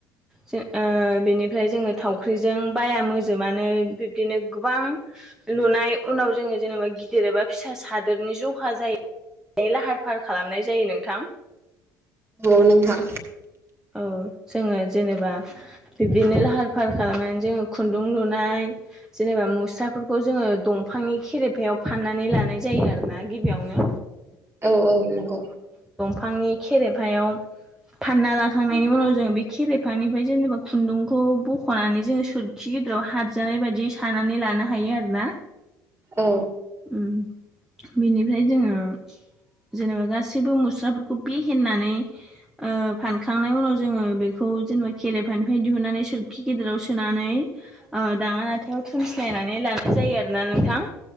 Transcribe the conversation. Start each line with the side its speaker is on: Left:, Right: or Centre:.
Centre: जे ओ बेनिफ्राय जोङो थावख्रिजों बाया मोजोमानो बिब्दिनो गोबां लुनाय उनाव जोङो जेनेबा गिदिर एबा फिसा सादोरनि जखा जाय ओइ लाहार फाहार खालामनाय जायो नोंथां।
Right: औ नोंथां।
Centre: औ जोङो जेनेबा बिब्दिनो लाहार फाहार खालामनानै जोङो खुन्दुं लुनाय। जेनेबा मुस्राफोरखौ जोङो दंफांनि खेरेफायाव फाननानै लानाय जायो आरो ना गिबियावनो।
Right: औ औ नंगौ।
Centre: बिफांनि खेरेफायाव फानना ला खांनायनि उनाव जोङो बे खेरेफानिफाय जेनेबा खुन्दुंखौ बख'नानै जोङो सोरखि गिदिराव हाबजानाय बायदि सानानै लानो हायो आरोना।
Right: औ
Centre: ओम बिनिफ्राय जोङो। जेनेबा गासैबो मुस्राफोरखौ बेहेन्नानै ओ फानखांनाय उनाव जोङो बेखौ। खौ जेनेबा खेरेफानिफाय दिहुननानै सोरखि गेदेराव सोनानै ओ दाङा नाथायाव थुनस्लायनानै लानाय जायो आरोना नोंथां।